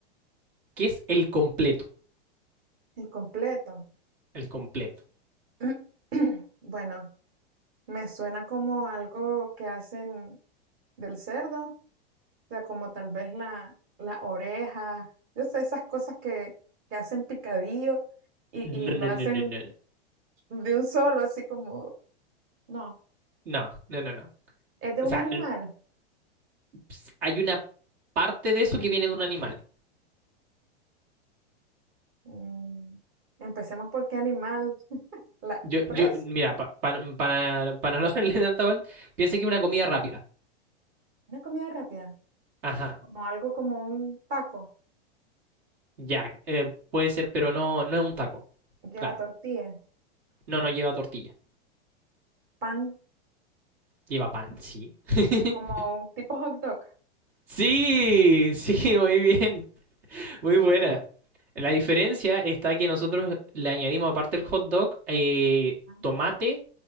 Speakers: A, on the right; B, on the right.
A: ¿Qué es el completo?
B: El completo.
A: El completo.
B: <clears throat> Bueno, me suena como algo que hacen del cerdo, o sea, como tal vez la, la oreja, yo sé, esas cosas que, que hacen picadillo y,
A: No,
B: y lo
A: no,
B: hacen
A: no, no, no,
B: de un solo, así como, no,
A: no, no, no, no. no.
B: es de
A: O
B: un
A: sea,
B: animal.
A: el- ps- hay una parte de eso que viene de un animal. Sí.
B: Mm, empecemos por qué animal, la
A: Yo,
B: res,
A: yo, mira, pa- pa- para, para no <laughs> hacerle tanta vuelta, piensa que es una comida rápida.
B: una comida rápida,
A: Ajá,
B: como algo como un taco.
A: ya, eh, puede ser, pero no, no es un taco.
B: Lleva
A: Claro,
B: tortilla,
A: no, no lleva tortilla,
B: pan,
A: lleva pan, sí. <laughs>
B: como tipo hot dog,
A: Sí, sí, muy bien, muy buena. La diferencia está que nosotros le añadimos, aparte del hot dog, eh,
B: ah,
A: tomate,